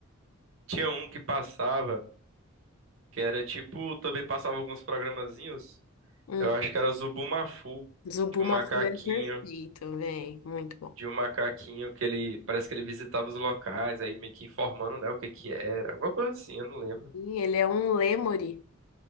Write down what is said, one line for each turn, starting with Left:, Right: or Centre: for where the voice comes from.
Right: Tinha um que passava, que era tipo... Também passava alguns programazinhos.
Left: Hum,
Right: Eu acho que era Zubumafu.
Left: Zubuma
Right: Tinha um macaquinho,
Left: Fu é perfeito, velho. Muito bom.
Right: de um macaquinho que ele... Parece que ele visitava os locais, aí meio que informando, né, o que que era. Alguma coisa assim, eu não lembro.
Left: E ele é um lêmure.